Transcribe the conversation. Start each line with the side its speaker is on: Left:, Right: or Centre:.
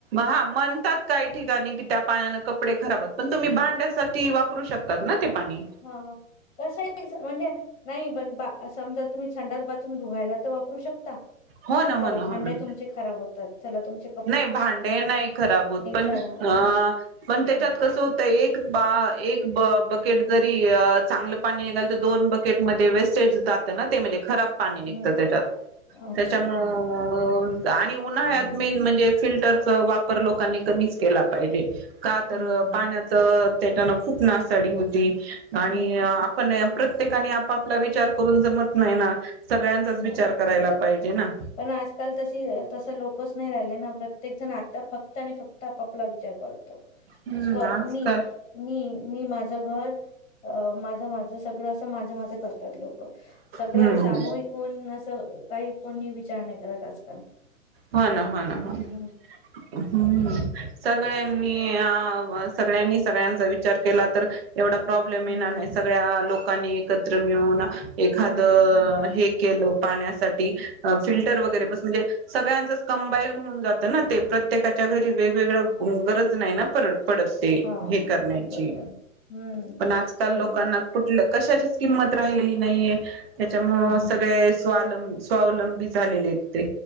Right: हा म्हणतात. काही ठिकाणी की, त्या पाण्यान कपडे खराबात पण तुम्ही भांड्यासाठी वापरू शकतात ना ते पाणी.
Left: हा कस म्हणजे नाही, पण बा समजा तुम्ही संडास बाथरूम धुवायला. तो वापरू शकता
Right: हो ना हो
Left: चला
Right: ना
Left: भांडी
Right: हो ना
Left: तुमची खराब होतात. चला तुमची
Right: नाही भांडे नाही खराब होत पण
Left: झाडा
Right: अ
Left: हम्म
Right: पण त्याच्यात
Left: हम्म
Right: कसं होत. तर एक बा, एक ब बकेट जरी चांगलं पाणी निघाल तर दोन बकेट <unintelligible> पाणी निघत
Left: हम्म
Right: त्याच्यात
Left: अच्छा
Right: त्याच्यामुळ
Left: हा
Right: आणि उन्हाळ्यात.
Left: हम्म
Right: म्हणजे फिल्टरचा वापर लोकांनी कमीच केला पाहिजे. का तर
Left: हम्म
Right: पाण्याच त्याच्यान खूप नासाडी होती आणि
Left: हम्म
Right: आपण प्रत्येकानी आपापला विचार करून जमत नाही ना, सगळ्यांचाच
Left: नाही
Right: विचार करायला पाहिजे ना,
Left: पण आजकाल तशी तस लोकच नाय राहिले ना प्रत्येक जण आता फक् फक्त आणि फक्त आपापला विचार करतो
Right: हम्म
Left: स्व
Right: आजकाल
Left: मी मी मी माझ झ घर अ माझ माझ सगळ अस माझ माझ करतात लोक सगळ
Right: हम्म
Left: सामूहिक कोण अस काही कोणी विचार नाही करत आजकाल.
Right: हा ना हो ना हो ना.
Left: हम्म
Right: हम् सगळ्यांनी आं सगळ्यांनी सगळ्यांचा विचार केला तर एवढ प्रॉब्लेम
Left: हम्म
Right: येणार नाय सगळ्या लोकांनी एकत्र मिळून एखाद
Left: हम्म
Right: हे केल पाण्यासाठी फिल्टर
Left: हम्म.
Right: वगैरे बस म्हणजे सगळ्यांचच कंबाईन होऊन जात ना ते प्रत्येकाच्या घरी वेगवेगळ ऊ गरज नाय ना पर पडत. ते
Left: हा
Right: हे करण्याची,
Left: बरोबर. हम्म
Right: पण आजकाल
Left: खरं
Right: लोकांना
Left: आहे
Right: कुठल कशाचीच किंमत राहिलेली नाहीये त्याच्यामुळ
Left: हम्म हम्म
Right: सगळे स्वालं स्वावलंबी झालेलेत ते.